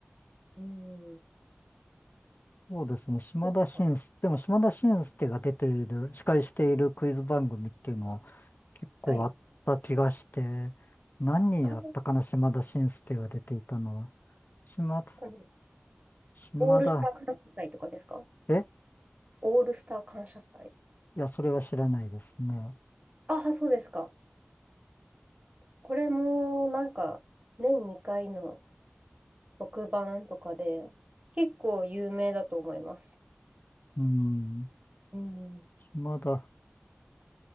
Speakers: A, on the right (about 35°); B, on the left (about 50°).
A: うん。
B: そうですね。島田紳助。
A: そうか
B: でも島田紳助が出ている、司会しているクイズ番組っていうのは結構あった気がして、
A: はい。
B: 何やったかな、
A: ああ、
B: 島田紳助が出ていたのは。島、
A: この
B: 島田、
A: オールスター感謝祭とかですか
B: え
A: オールスター感謝祭。
B: いや、それは知らないですね。
A: ああ、そうですか。これも、なんか、年2回の特番とかで、結構有名だと思います。
B: うん、
A: うん。
B: 島田、